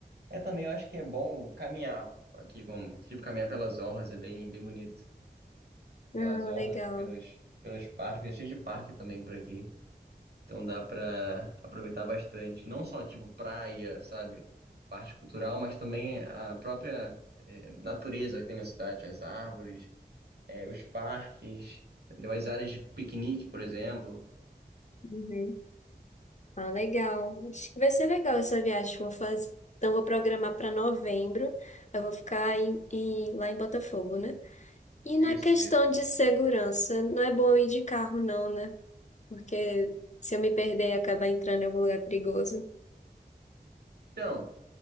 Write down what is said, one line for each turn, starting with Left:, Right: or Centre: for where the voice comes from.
Right: é também, eu acho que é bom caminhar aqui, como, tipo, caminhar pelas orlas, é bem, bem bonito. Pelas
Left: Ah,
Right: orlas,
Left: legal.
Right: pelas, pelos parques, é cheio de parque também por aqui. Então dá pra aproveitar bastante. Não só, tipo, praia, sabe? Parte cultural, mas também a própria é, natureza que tem na cidade, as árvores, é, os parques, entendeu? As áreas de piquenique, por exemplo.
Left: Uhum. Ah, legal. Acho que vai ser legal essa viagem que eu vou fazer. Então, vou programar para novembro. Eu vou ficar em, em- lá em Botafogo, né? E na
Right: Isso,
Left: questão
Right: isso.
Left: de segurança, não é bom ir de carro, não, né? Porque se eu me perder e acabar entrando em algum lugar perigoso.
Right: Então,